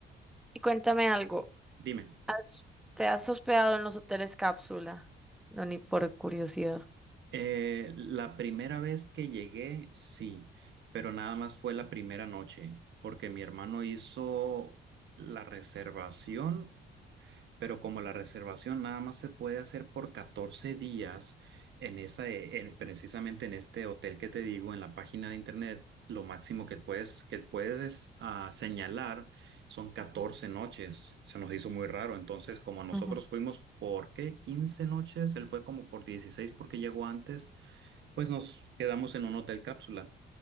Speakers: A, in the centre; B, on the right.
A: y cuéntame algo.
B: Dime,
A: ¿Has- te has hospedado en los hoteles cápsula? No, ni por curiosidad.
B: eh, la primera vez que llegué, sí, pero nada más fue la primera noche, porque mi hermano hizo la reservación pero como la reservación nada más se puede hacer por 14 días en esa, eh, en- precisamente en este hotel que te digo, en la página de internet, lo máximo que puedes, que puedes ah, señalar son 14 noches. Se nos hizo muy raro. Entonces, como nosotros
A: Ujú.
B: fuimos por qué 15 noches, él fue como por 16 porque llegó antes, pues nos quedamos en un hotel cápsula.